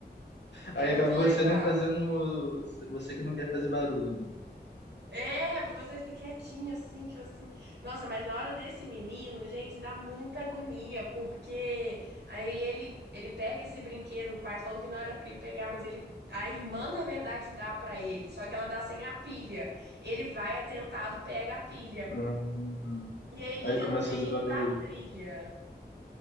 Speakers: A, on the right (about 80°); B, on the left (about 80°).
A: É
B: Aí
A: muito
B: acaba
A: legal.
B: você não fazendo. Você que não quer fazer barulho, né?
A: É, você fica quietinho assim, tipo assim. Nossa, mas na hora desse menino, gente, dá muita agonia, porque aí ele ele pega esse brinquedo, o pai falou que não era pra ele pegar, mas ele a irmã na verdade dá pra ele, só que ela dá sem a pilha. Ele vai atentado, pega a pilha
B: Hum,
A: e aí liga
B: Aí começa
A: no meio
B: a fazer barulho.
A: da trilha.